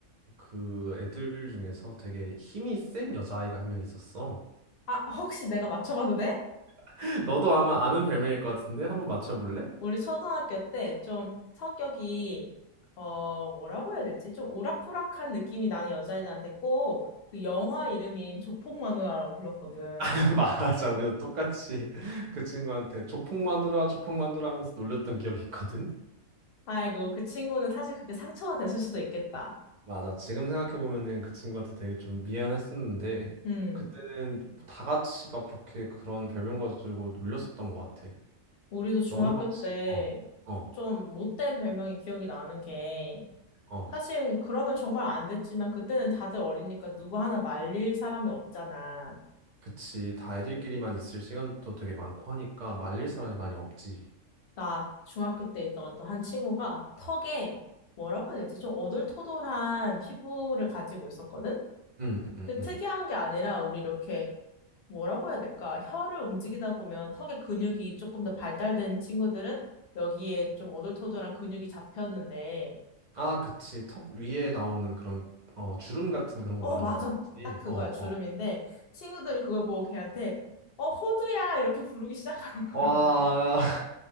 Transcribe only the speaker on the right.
그 애들 중에서 되게 힘이 센 여자아이가 한 명 있었어.
<laughs> 너도 아마 아는 별명일 것 같은데 한번 맞춰볼래?
<laughs> 맞아 우리도 똑같이 <laughs> 그 친구한테 조폭 마누라 조폭 마누라 하면서 놀렸던 기억이 있거든.
맞아. 지금 생각해보면은 그 친구한테 되게 좀 미안했었는데,
그때는 다 같이 막 그렇게 그런 별명 가지고 놀렸었던 것 같아.
너는 혹시,
어, 어,
어.
그치. 다 애들끼리만 있을 시간도 되게 많고 하니까 말릴 사람이 많이 없지.
응, 응,
응.
아, 그치. 턱 위에 나오는 그런, 어, 주름 같은 그런
거 말하는
거 맞지?
어,
어.
와,